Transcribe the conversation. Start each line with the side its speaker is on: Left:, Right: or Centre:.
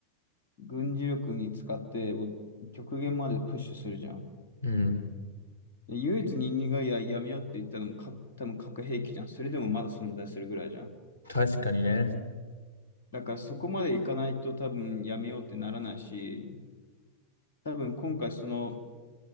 Left: 軍事力に使って、もう極限までプッシュするじゃん。
Right: うん。
Left: で唯一人間がや、やめようって言ったのもか、多分核兵器じゃん。それでもまだ存在するぐらいじゃん。
Right: 確かにね。
Left: だからそこまでいかないと多分やめようってならないし、多分今回その